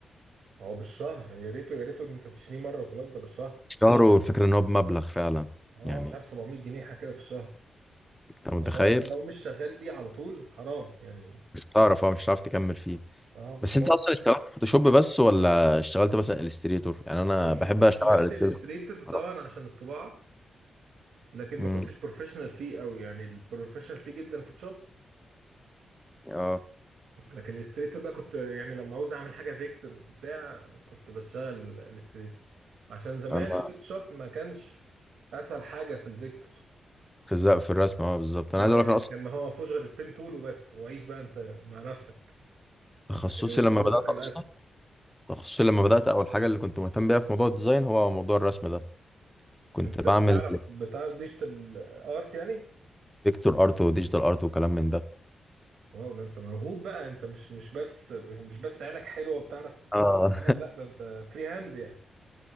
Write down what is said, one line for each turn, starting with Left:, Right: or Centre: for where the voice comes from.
Right: هو بالشهر يا ريته يا ريته انت بتشتريه مرة وخلاص ده بالشهر
Centre: الشهر والفكره ان هو بمبلغ فعلا
Right: اه
Centre: يعني
Right: مش عارف 700 جنيه حاجة كده في الشهر
Centre: انت متخيل
Right: لو انت لو مش شغال بيه على طول حرام يعني
Centre: مش هتعرف اه مش هتعرف تكمل فيه
Right: اه بالظبط
Centre: بس انت اصلا اشتغلت فوتوشوب بس ولا اشتغلت مثلا الستريتور يعني انا
Right: اش-
Centre: بحب
Right: اشتغلت
Centre: اشتغل على الستريتور
Right: الستريتر طبعا
Centre: بصراحة.
Right: عشان الطباعة لكن ما
Centre: امم
Right: كنتش بروفيشنال فيه قوي يعني البروفيشنال فيه جدا فوتوشوب
Centre: اه
Right: لكن الاستريتور بقى كنت يعني لما عاوز اعمل حاجه فيكتورز بتاع كنت بشتغل الاستريتور عشان زمان
Centre: انا
Right: الفوتوشوب ما كانش اسهل حاجه في الفيكتور
Centre: في الزق في الرسم اه بالظبط
Right: اه
Centre: انا عايز اقول
Right: يعني
Centre: لك انا
Right: كان
Centre: اصلا
Right: ما هو ما فيهوش غير البين تول وبس وعيش بقى انت مع نفسك
Centre: تخصصي
Right: لكن الاستريتور
Centre: لما بدات
Right: كان اسهل
Centre: اصلا تخصصي لما بدات اول حاجه اللي كنت مهتم بيها في موضوع الديزاين هو موضوع الرسم ده كنت
Right: انت
Centre: بعمل
Right: بتعرف بتعرف ديجيتال ارت يعني
Centre: فيكتور ارت وديجيتال ارت وكلام من ده
Right: واو ده انت موهوب بقى انت مش مش بس مش بس عينك حلوه وبتعرف
Centre: اه
Right: لا لا ده انت فري هاند يعني